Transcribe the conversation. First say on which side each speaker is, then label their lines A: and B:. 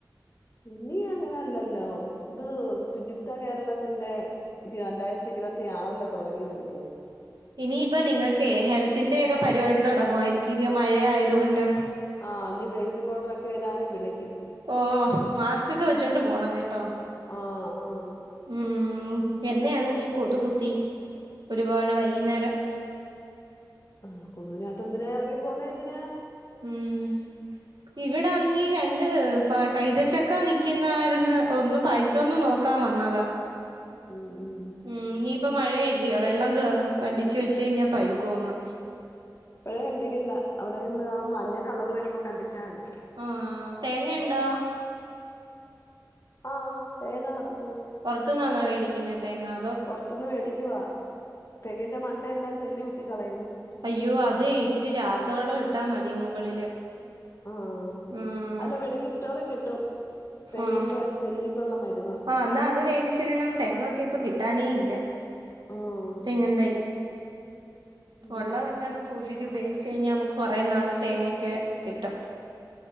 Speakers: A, on the left (about 45°); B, on the right (about 75°).
A: ഇനി അങ്ങനെയല്ലല്ലൊ ഇത് ശുചിത്വ കേരളത്തിന്റെ ഇത് രണ്ടായിര്ത്തിരുപത്തി ആറില് തൊടങ്ങീതല്യ യോ?
B: ഇനിയിപ്പ നിങ്ങക്കെ ഹെൽത്തിന്റെയൊക്കെ പരിപാടി തൊട്ങ്ങുവായിര്ക്കുല്ലെ മഴ ആയതുകൊണ്ട്.
A: ആ ഇനി ബ്ലീച്ചിങ് പൗഡറൊക്കെ ഇടാന് വിളിക്കും.
B: ഓ മാസ്കൊക്കെ വെച്ചോണ്ട് പോണം കെട്ടോ.
A: ആഹ് ആഹ്
B: മ്. എന്നേയാന്നെങ്കി കൊതു കുത്തി. ഒരുപാട് വൈകിന്നേരം.
A: ആഹ്. കൊതുവിനാത്ത്ന്നെന്തിനാ എർങ്ങിപ്പൊന്നേന്തിനാ?
B: ഉം ഇവിടാന്നെങ്ങി രണ്ട് പ കൈതച്ചക്ക നിക്ക്യുന്നാര്ന്ന് ഒന്ന് പഴുത്തൊന്നു നോക്കാൻ വന്നതാ.
A: ഉം ഉം ഉം
B: മ്. നിയിപ്പം മഴയല്ല്യൊ വെള്ളം കേറും. വണ്ടിച്ച് വെച്ചെയ്ഞ്ഞാ പഴുക്കു അങ്ങ്.
A: ഇപ്പഴേ കണ്ടിക്കണ്ട അവിടെ നിന്ന് മഞ്ഞ കളറ് വരുമ്പൊ കണ്ടിച്ചാ തി.
B: ആഹ് തേങ്ങ ഉണ്ടോ
A: ആഹ് തേങ്ങ കെടപ്പുണ്ട്
B: പൊറത്തൂനാന്നോ മേടിക്കുന്ന തേങ്ങാ
A: പൊറത്തുന്ന് മേടിക്കുവാ തെങ്ങിന്റെ മണ്ട എല്ലാം ചെല്ലികുത്തി കളയുന്നു
B: അയ്യോ അതേ ഇച്ചിരി രാസവളം ഇട്ടാ മതി മുകളില്
A: ആഹ്
B: ഉം
A: അല്ല മെഡിക്കൽ സ്റ്റോറിൽകിട്ടും തെങ്ങിന്റെ
B: ആഹ്
A: ചെല്ലിക്കൊള്ള മരുന്ന്
B: ആഹ് എന്ന അത് വേടിച്ചിടണം തെങ്ങൊക്കെ ഇപ്പൊ കിട്ടാനേ ഇല്ല
A: ആഹ്
B: തെങ്ങുംതൈ
A: ഉം
B: ഒള്ള തൊക്കെ സൂക്ഷിച്ചു ഉപയോഗിച്ച് കഴിഞ്ഞ നമുക്ക് കൊറേ നാള് തേങ്ങെക്കെ കിട്ടും